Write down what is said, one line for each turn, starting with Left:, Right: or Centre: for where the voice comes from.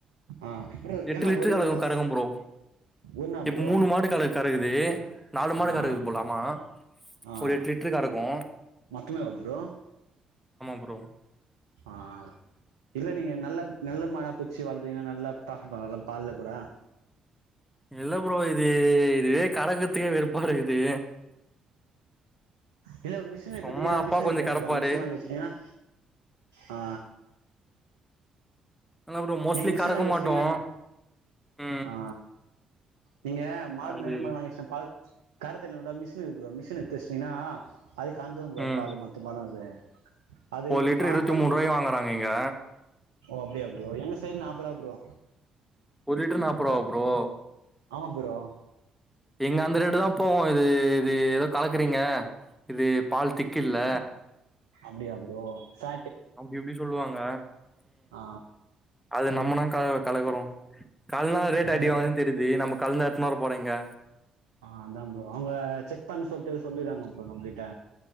Right: ஆ ப்ரோ
Centre: எட்டு
Right: ஆஹா
Centre: லிட்டரு
Right: ஒரு
Centre: அலவு
Right: மா
Centre: கரக்கும் ப்ரோ
Right: ஒன்னா
Centre: இப்ப
Right: ப்ரோ
Centre: மூணு மாடு கல கறகுது நாலு மாடு
Right: ஆ
Centre: கறகுது போல ஆமா
Right: ஆ
Centre: ஒரு எட்டு லிட்டரு கரக்கு
Right: மொத்தமேவா ப்ரொ
Centre: ப்ரோ
Right: ஆ இல்ல நீங்க நல்ல நல்ல மாடா புச்சி வளத்துங்கன்னா நல்லா ப்ராபிட் பாக்கலா இல்ல பால்ல கூட
Centre: இல்ல ப்ரோ இது இதுவே கலக்கத்துக்கே வெறுப்பாருகுது
Right: இல்ல ஒரு மிஷின்
Centre: சும்மா
Right: பாத்தீங்கன்னா
Centre: அப்பா
Right: மிஷின்
Centre: கொஞ்சோ
Right: இருக்கல்ல
Centre: கறப்பாரு
Right: ப்ரொ மிஷின் வாங்கி வச்சுட்டீங்கனா ஆ
Centre: இல்ல ப்ரோ மோஸ்ட்லி
Right: நீங்க மிஷின்
Centre: கறக்க
Right: வாங்கி வச்சுட்டீங்கன்னா
Centre: மாட்டோ ம்
Right: ஆ நீங்க மாடு
Centre: அது
Right: நெறய மாடு வாங்கி வெச்சிட்டா பால் கரக்குருதுக்குதா மிஷின் இருக்கு ப்ரொ மிஷின் எடுத்து வெச்சிடினா அதுக்கு கரந்துரு ப்ரோ
Centre: ம்
Right: பால் மொத் <unintelligible> அது
Centre: ஒரு லிட்டர்
Right: பா
Centre: இருபத்தி
Right: கண்ணு
Centre: மூணு ரூபாய்க்கு
Right: நம்
Centre: வாங்குறாங்க இங்க
Right: ஓ அப்டியா ப்ரோ எங்க சைட் நாப்ப ரூபா ப்ரோ
Centre: ஒரு லிட்ரு நாப்ப ரூபாவ ப்ரோ
Right: ஆமா ப்ரோ
Centre: எங்க அந்த ரெட்டு தா போவு இது இது ஏதோ கலக்குறீங்க இது பால் திக்கில்ல
Right: அப்டியா ப்ரோ சா
Centre: அப்டி இப்டி சொல்வாங்க
Right: ஆ
Centre: அது நம்மனா கல கலக்குறோ கலுக்குனா ரேட்
Right: அதான்
Centre: அடிவாங்குதுனு
Right: ப்ரோ
Centre: தெரியுது நம்ம கலந்தா எத்னு வர போறொ இங்க
Right: ஆ அதான் ப்ரோ அவுங்க செக் பண்ணு சொல்ட்டு சொல்லிட்றாங்க ப்ரோ நம்பகிட்ட